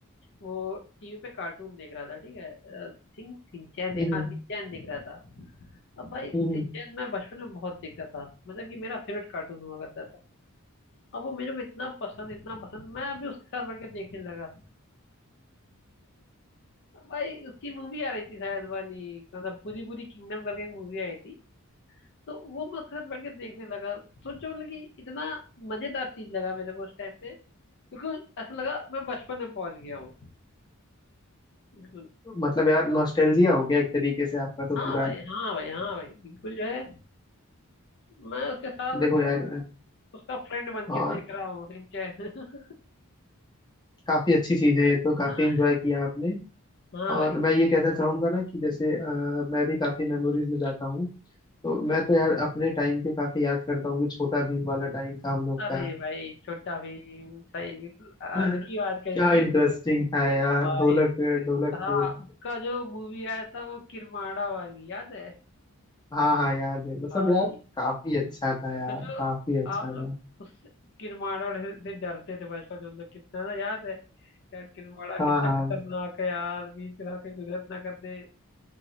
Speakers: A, on the left (about 55°); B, on the left (about 20°).
A: वो टीवी पे कार्टून देख रहा था ठीक है आई थिंक सिंचैन देख
B: हम्म
A: हाँ सिंचैन देख रहा था अब भाई
B: हम्म हम्म।
A: सिंचैन मैं बचपन में बहुत देखता था मतलब कि मेरा फेवरेट कार्टून हुआ करता था अब वो मेरे को इतना पसंद इतना पसंद मैं अभी उसके साथ बैठ के देखने लगा अब भाई उसकी मूवी आ रही थी शायद वाली मतलब पूरी पूरी किंगडम करके एक मूवी आई थी तो वो मैं उसके साथ बैठ के देखने लगा सोचो मतलब कि इतना मजेदार चीज लगा मेरे को उस टाइम पे बिल्कुल ऐसा लगा मैं बचपन में पहुंच गया हूँ बिल्कुल
B: मतलब यार नॉस्टैल्जिया हो गया एक तरीके से आपका तो
A: हाँ
B: पूरा
A: भाई हाँ भाई हाँ भाई बिल्कुल जो है मैं उसके साथ बैठ
B: देखो
A: के
B: यार
A: उसका फ्रेंड बन
B: और
A: के देख रहा हूँ सिंचैन <laughs>
B: काफी अच्छी चीज है ये तो काफी
A: हाँ
B: इंजॉय किया आपने
A: हाँ
B: और
A: भाई
B: मैं ये कहना चाहूंगा ना कि जैसे अ, मैं भी काफी मेमोरीज में जाता हूँ तो मैं तो यार अपने टाइम पे काफी याद करता हूँ कि छोटा भीम वाला टाइम था हम लोग
A: अरे
B: का
A: भाई छोटा भीम सही बिल्कुल अलग
B: <laughs>
A: ही बात कही
B: क्या
A: तुमने
B: इंटरेस्टिंग था यार
A: भाई
B: ढोलक ढोलकपुर
A: हाँ उसका जो मूवी आया था वो किरमाड़ा वाली याद है
B: हाँ हाँ याद है मतलब
A: भाई
B: यार काफी अच्छा था यार
A: सोचो
B: काफी अच्छा
A: आप
B: था
A: लोग उस किरमाड़ा से से डरते थे बचपन में हम लोग कितना ना याद है यार किरमाड़ा
B: हाँ
A: कितना
B: हाँ
A: खतरनाक है यार भीम के साथ कहीं गुजरत ना कर दे